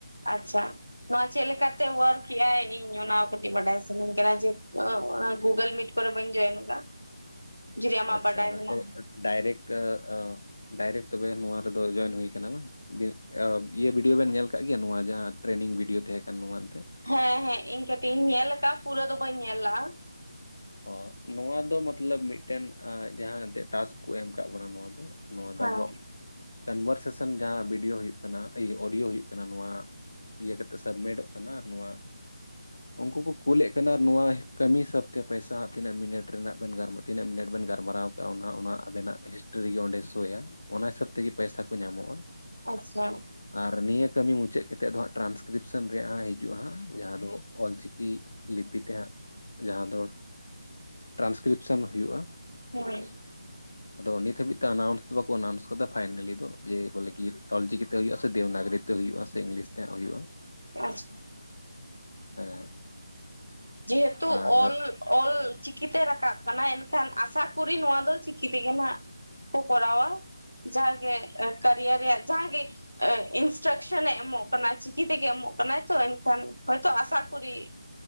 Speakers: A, on the left; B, on the left.
A: ᱟᱪᱪᱷᱟ ᱾ ᱱᱚᱹᱣᱟ ᱪᱮᱫ ᱞᱮᱠᱟᱛᱮ ᱣᱟᱹᱨᱠᱮᱜᱟᱭ ᱤᱧ ᱚᱱᱟ ᱠᱟᱹᱴᱤᱡ ᱵᱟᱰᱟᱭ ᱥᱟᱹᱱᱟᱧ ᱠᱟᱱᱟ ᱡᱮ ᱚ ᱚᱱᱟ ᱜᱩᱜᱩᱞ ᱢᱤᱴ ᱠᱚᱨᱮ ᱵᱟᱹᱧ ᱡᱚᱭᱮᱱ ᱟᱠᱟᱜᱼᱟ ᱡᱩᱫᱤ ᱟᱢᱟᱜ
B: ᱟᱪᱪᱷᱟ
A: ᱵᱟᱰᱟᱭ ᱢᱮᱱᱟᱜᱼᱟ
B: ᱛᱚ
A: ᱾
B: ᱰᱟᱭᱨᱮᱠᱴ ᱟ ᱟ ᱰᱟᱭᱨᱮᱠᱴ ᱛᱚᱵᱮ ᱱᱚᱣᱟ ᱨᱮᱫᱚ ᱡᱚᱭᱮᱱ ᱦᱩᱭ ᱟᱠᱟᱱᱟ ᱵᱟᱝ ᱾ ᱵᱤᱱ ᱟ ᱤᱭᱟᱹ ᱵᱷᱤᱰᱭᱳ ᱵᱮᱱ ᱧᱮᱞ ᱟᱠᱟᱫ ᱜᱮᱭᱟ ᱱᱚᱣᱟ ᱡᱟᱦᱟᱸ ᱴᱨᱮᱱᱤᱝ ᱵᱷᱤᱰᱭᱳ ᱛᱟᱦᱮᱸ ᱠᱟᱱ ᱱᱚᱣᱟ ᱮᱱᱛᱮ?
A: ᱦᱮᱸ ᱦᱮᱸ ᱤᱧ ᱠᱟᱹᱴᱤᱡ ᱤᱧ ᱧᱮᱞ ᱟᱠᱟᱫᱟ ᱯᱩᱨᱟᱹ ᱫᱚ ᱵᱟᱹᱧ ᱧᱮᱞ ᱞᱟᱜᱼᱟ ᱾
B: ᱚ ᱱᱚᱣᱟ ᱫᱚ ᱢᱟᱹᱛᱞᱟᱹᱵ ᱢᱤᱫᱴᱮᱱ ᱟᱸ ᱡᱟᱦᱟᱸ ᱮᱱᱛᱮᱜ ᱴᱟᱥᱠ ᱠᱚ ᱮᱢ ᱟᱠᱟᱫ ᱵᱚᱱᱟ ᱱᱚᱣᱟ ᱫᱚ ᱱᱚᱣᱟ
A: ᱦᱮᱸ
B: ᱫᱚ ᱟᱵᱚᱣᱟᱜ ᱠᱚᱱᱣᱟᱹᱨᱥᱮᱥᱟᱹᱱ ᱡᱟᱦᱟᱸ ᱵᱤᱰᱤᱭᱳ ᱦᱩᱭᱩᱼᱜ ᱠᱟᱱᱟ ᱟᱹᱭ ᱚᱰᱤᱭᱳ ᱦᱩᱭᱩᱜ ᱠᱟᱱᱟ ᱱᱚᱣᱟ ᱤᱭᱟᱹ ᱠᱟᱛᱮᱜ ᱥᱟᱵᱢᱤᱴᱚᱜ ᱠᱟᱱᱟ ᱟᱨ ᱱᱚᱣᱟ ᱩᱱᱠᱩ ᱠᱚ ᱠᱩᱞᱮᱫ ᱠᱟᱱᱟ ᱟᱨ ᱱᱚᱣᱟ ᱠᱟᱹᱢᱤ ᱥᱟᱹᱵ ᱛᱮ ᱯᱮᱭᱥᱟ ᱦᱟᱜ ᱛᱤᱱᱟᱹᱜ ᱢᱤᱱᱤᱴ ᱨᱮᱱᱟᱜ ᱵᱮᱱ ᱜᱟᱨ ᱛᱤᱱᱟᱹᱜ ᱢᱤᱱᱤᱴ ᱵᱮᱱ ᱜᱟᱞᱢᱟᱨᱟᱣ ᱠᱟᱜᱼᱟ ᱚᱱᱟ ᱚᱱᱟ ᱟᱹᱵᱮᱱᱟᱜ ᱦᱤᱥᱴᱨᱤ ᱨᱮᱜᱮ ᱚᱸᱰᱮ ᱥᱳᱭᱟ ᱚᱱᱟ ᱦᱤᱥᱟᱹᱵ ᱛᱮᱜᱮ ᱯᱮᱭᱥᱟ ᱠᱚ ᱧᱟᱢᱚᱜᱼᱟ ᱾
A: ᱟᱪᱪᱷᱟ ᱾
B: ᱟᱨ ᱱᱤᱭᱟᱹ ᱠᱟᱹᱢᱤ ᱢᱩᱪᱟᱹᱫ ᱠᱟᱛᱮᱜ ᱫᱚ ᱦᱟᱸᱜ ᱴᱨᱟᱱᱥᱠᱤᱨᱤᱯᱥᱚᱱ ᱨᱮᱭᱟᱜ ᱦᱟᱸᱜ ᱦᱤᱡᱩᱜᱼᱟ ᱦᱟᱸᱜ ᱡᱟᱦᱟᱸ ᱫᱚ ᱚᱞ ᱪᱤᱠᱤ ᱞᱤᱯᱤ ᱛᱮᱦᱟᱸᱜ ᱡᱟᱦᱟᱸ ᱫᱚ, ᱴᱨᱟᱱᱥᱠᱨᱤᱯᱥᱚᱱ ᱦᱩᱭᱩᱜᱼᱟ
A: ᱦᱳᱭ᱾
B: ᱟᱫᱚ ᱱᱤᱛ ᱦᱟᱹᱵᱤᱡ ᱛᱮ ᱟᱱᱟᱣᱩᱱᱥ ᱫᱚ ᱵᱟᱠᱚ ᱟᱱᱟᱣᱩᱱᱥ ᱠᱟᱫᱟ ᱯᱷᱟᱭᱱᱟᱞᱤ ᱫᱚ, ᱡᱮ ᱵᱚᱞᱮ ᱠᱤ ᱚᱞ ᱪᱤᱠᱤ ᱛᱮ ᱦᱩᱭᱩᱜᱼᱟ ᱥᱮ ᱫᱮᱵᱽᱱᱟᱜᱚᱨᱤ ᱛᱮ ᱦᱩᱭᱩᱜᱼᱟ ᱥᱮ ᱤᱝᱞᱤᱥ ᱛᱮ ᱦᱟᱸᱜ ᱦᱩᱭᱩᱜᱼᱟ᱾
A: ᱟᱪᱪᱷᱟ᱾
B: ᱦᱮᱸ᱾
A: ᱡᱮᱦᱮᱛᱩ
B: ᱟᱨ
A: ᱚᱞ ᱚᱞ ᱪᱤᱠᱤ ᱛᱮ ᱨᱟᱠᱟᱵ ᱠᱟᱱᱟ ᱮᱱᱠᱷᱟᱱ <unintelligible> <unintelligible> ᱱᱚᱣᱟ ᱫᱚ ᱪᱤᱠᱤ ᱛᱮᱜᱮ ᱱᱷᱟᱜ ᱠᱚ ᱠᱚᱨᱟᱣᱟ ᱡᱟ ᱜᱮ ᱠᱟᱨᱭᱟ ᱨᱮᱭᱟᱜ ᱡᱟᱦᱟ ᱜᱮ ᱮ ᱤᱱᱥᱴᱨᱟᱠᱥᱮᱱ ᱮ ᱮᱢᱚᱜ ᱠᱟᱱᱟ ᱪᱤᱠᱤ ᱛᱮᱜᱮ ᱮᱢᱚᱜ ᱠᱟᱱᱟᱭ ᱛᱚ, ᱮᱱᱠᱷᱟᱱ ᱦᱚᱭ ᱛᱚ ᱟᱥᱟ ᱠᱚᱨᱤ